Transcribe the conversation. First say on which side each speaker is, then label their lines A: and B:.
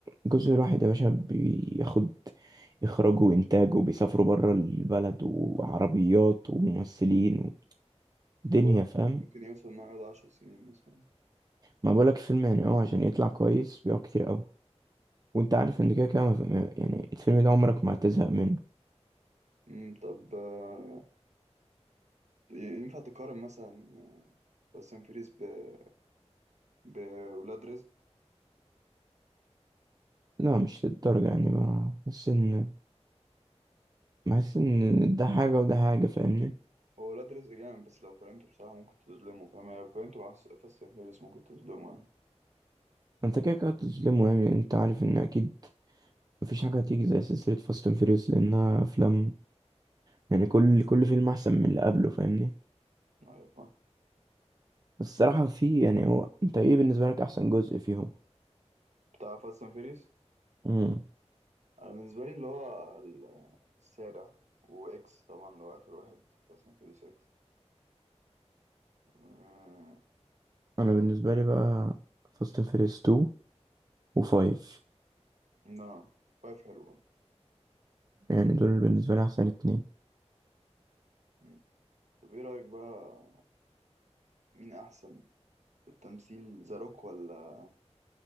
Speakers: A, on the right; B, on the right.
A: جزء واحد يا باشا بياخد اخراجه وانتاجه وبيسافروا بره البلد وعربيات وممثلين ودنيا
B: بقولك
A: فاهم
B: ممكن يوصل إنه يقعد عشر سنين مثلا
A: ما بقولك فيلم يعني اه عشان يطلع كويس بيقعد كتير قوي وانت عارف ان كده كده ما ف- ما- يعني الفيلم ده عمرك ما هتزهق منه
B: أمم، طب آه، ي- ينفع تقارن مثلا فاست أند فيريس ب- بولاد رزق
A: لا مش للدرجة يعني بحس ان بحس ان ده حاجة وده حاجة فاهمني
B: هو ولاد رزق جامد بس لو قارنته بصراحة ممكن تظلمه فاهم يعني لو قارنته مع فاست أند فيريس ممكن تظلمه يعني
A: انت كده كده هتظلمه يعني انت عارف ان اكيد مفيش حاجة هتيجي زي سلسلة فاست اند فيريوس لانها افلام يعني كل كل فيلم احسن من اللي قبله فاهمني
B: أيوة فاهم
A: بس الصراحة في يعني هو انت ايه بالنسبة لك احسن جزء فيهم
B: بتاع فاست أند فيريس
A: مم.
B: أنا بالنسبة لي اللي هو ال- السابع وإكس طبعا اللي هو آخر واحد فاست أند فيريس إكس و-
A: انا
B: دول
A: بالنسبة لي بقى فاست اند فيريوس 2 و5
B: نعم فايف حلو برضه.
A: يعني دول بالنسبة لي احسن اتنين
B: مم. طب إيه رأيك بقى مين أحسن في التمثيل ذا روك ولا